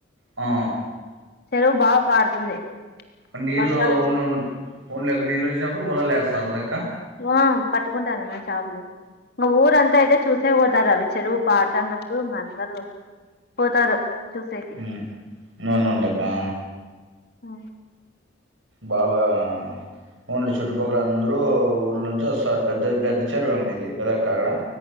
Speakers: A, on the right (about 85°); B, on the left (about 50°).
A: ఆ
B: చెరువు బాగ పారుతుంది
A: నీళ్ళు
B: వర్షాలు వచ్చి
A: న్ న్ అవునులెక్క నీళ్ళు వచ్చినప్పుడు వలలు వేస్తారు కదక్క
B: ఆ పట్టుకుంటారన్న చాపలు ఇ ఊరంతా అయితే చూసే పోతారు అవి చెరువు పాడతన్నప్పుడు ఇంగ అందరూ పోతారు చూసేకి
A: హ్మ్మ్ అవునవునులేక
B: ఆ
A: బాగా ఉన్లే చుట్టుపక్కల అందరూ ఊళ్ళ నుంచి వస్తారు పెద్దది పెద్ద చెరువు ఏమో మిది కదక్క అక్కడ